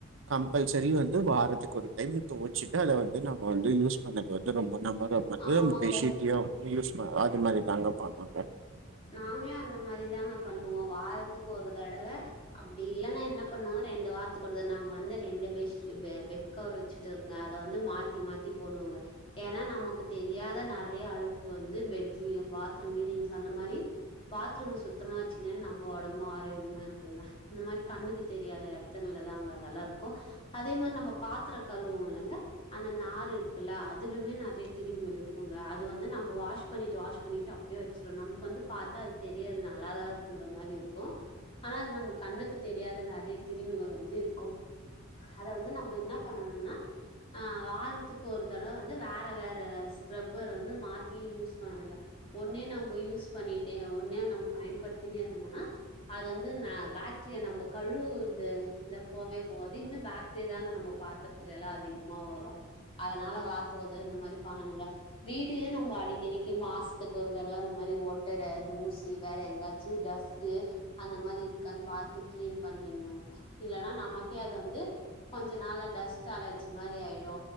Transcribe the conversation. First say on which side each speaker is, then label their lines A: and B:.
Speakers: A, on the right; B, on the left.
A: கம்பல்சரி வந்து வாரத்துக்கு ஒரு டைம் தொவச்சுட்டு அத வந்து நம் ம வந்து யூஸ் பண்ணது வந்து ரொம்ப நம்மளு வந்த
B: ஆமாங்க
A: பெட்ஷீட்லயு யூஸ் <unintelligible> து மாரி தாங்க பண்ணனு
B: நாங்களு அந்த மாரி தாங்க பண்ணுவோ வாரத்துக்கு ஒரு தடவ அப்டி இல்லன்னா என்ன பண்ணுவோ ரெண்டு வாரத்துக்கு ஒரு தடவ நாங்க வந்து ரெண்டு் பெட்ஷ் பெ பெட் கவர் வச்சுட்டுருங்க அத வந்து மாத்தி மாத்தி போடுவோங்க ஏனா நமக்கு தெரியாத நறைய அழுக்கு வந்து பெட்லயு பாத்ரூம்லயு நீங்க சொ ன்ன மாரி பாத்ரூம சுத்தமா வச்சுனா நம்ம ஒடம்பு ஆரோக்கியமா இருக்குங்க இந்த மாரி கண்ணுக்கு தெரியாத எட த்துங்கள்ளதாங்க அதல்லா இருக்கு அதே மாரி நம்ம பாத்திர கழுவோல்லங்க அந்த நாரு இருக்குல்ல அதுலுமே நறைய கிருமிகள் இருக்குங்க அது வந்து நம்ம வாஷ் பண்ணிட்டு வாஷ் பண்ணிட்டு அப்டே வச்சு றோ நமக்கு வந்து பாத்தா அது தெரியாது நல்லதா இருக்குன்ற மாரி இருக்கு ஆனா அது நம்ம கண்ணுக்கு தெரியாத நறைய கிருமிகள் வந்து இருக்கு அத வந்து நம்ம என்ன பண்ணனுன்னா ஆ வாரத்துக்கு ஒரு தடவ வந்து வேற வேற ஸ்கரப்பர் வந்து மாத்தி யூஸ் பண்ணனுங்க ஒன்னே நம் ம யூஸ் பண்ணிட்டே ஒன்னே நம்ம பயன்படுத்தினே இருந்தோமனா அது வந்து ந பாக்டீரியா நம்ப கழுவுற்துலா போவே போவாது இன்னு பாக்டீரியா தாங்க நம்ப பாத்திரத்துலேலா அதிகமா வரு அதனால வாரத் துக்கு ஒரு தட இந்த மாரி பண்ணணுங்க வீடு நம்ம அடிக்கடிக்கு மா சத்க்கு ஒரு தட துற அந்த மாரி ஒட்டற தூசி வேற எங்காச்சி டஸ்ட்டு அந்த மாரி இருக்கா பாத்து கிளீன் பண்ணினு இல்லனா நமக்கே அது வந்து கொஞ்ச நாள டஸ்ட் அலர்ஜி மாரி ஆயிடு